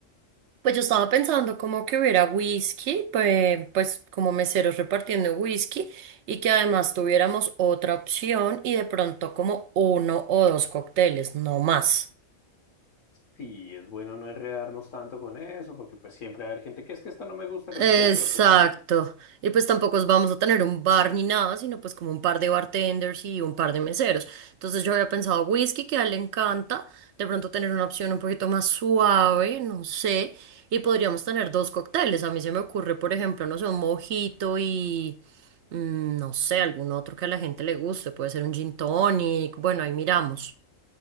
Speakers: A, on the right; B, on the left.
A: Pues yo estaba pensando como que hubiera whisky, pues, pues como meseros repartiendo whisky y que además tuviéramos otra opción y de pronto como uno o dos cócteles, no más.
B: Sí, es bueno no enredarnos tanto con eso, porque pues siempre va a haber gente que es que esto no me gusta, que
A: Exacto.
B: no sé qué, pero pues sí.
A: Y pues tampoco os vamos a tener un bar ni nada, sino pues como un par de bartenders y un par de meseros. Entonces yo había pensado whisky, que a él le encanta, de pronto tener una opción un poquito más suave, no sé, y podríamos tener dos cócteles. A mí se me ocurre, por ejemplo, no sé, un mojito y mm, no sé, algún otro que a la gente le guste, puede ser un gin tonic, bueno, ahí miramos.